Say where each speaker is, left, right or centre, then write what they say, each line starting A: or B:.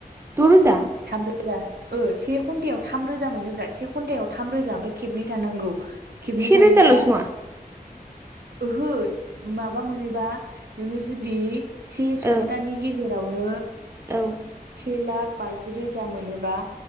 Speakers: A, on the right (about 15°); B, on the right (about 80°).
A: दं रोजा
B: थामरोजा ओ से घन्टायाव थामरोजा मोनोब्रा से घन्टायाव थाम रोजा मफ्राय खेबनै दाननांगौ खेबनै
A: से
B: थायोबा
A: रोजाल'सो नङा
B: ओहो माबा मोनोबा नोंङो जुदि से सप्तानि
A: ओ
B: गेजेरावनो
A: औ
B: से लाख बाजि रोजा मोनोबा